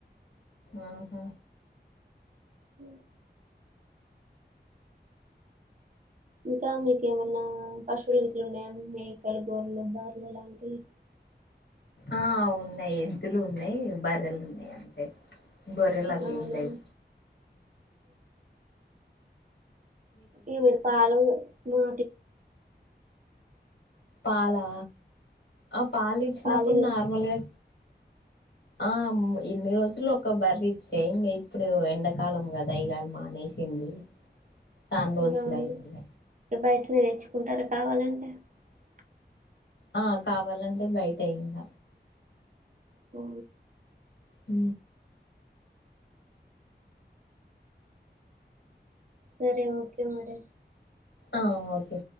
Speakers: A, on the left; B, on the right.
A: ఆహా
B: ఉ ఇంకా మీకేమన్నా పశువులు ఇట్లు ఉన్నాయా మేకలు గొర్రలు బరలు లాంటివి
A: ఆ ఉన్నాయి ఎద్దులు ఉన్నాయి బర్రెలు ఉన్నాయి అంటే గోరేలు అట్లేమ్
B: అవునా
A: లెవ్
B: ఇరి పాల మా
A: పాలా ఆ పాల ఇచ్చినప్పుడు
B: ఖాళీగా
A: నార్మల్గా ఆ ఇన్ని రోజులు ఒక బర్ర ఇచ్చాయి ఇంకా ఇప్పుడు ఎండాకాలం కదావి కాదు మానేసింది చానా రోజులు
B: అవుడి
A: అయింది ఇగ
B: బయట మీరు తెచ్చుకుంటారా కావాలండి అ
A: ఆ కావాలంటే బయట అయ్యక
B: ఆ
A: అ
B: సరే ఓకే మరి
A: ఆ ఓకే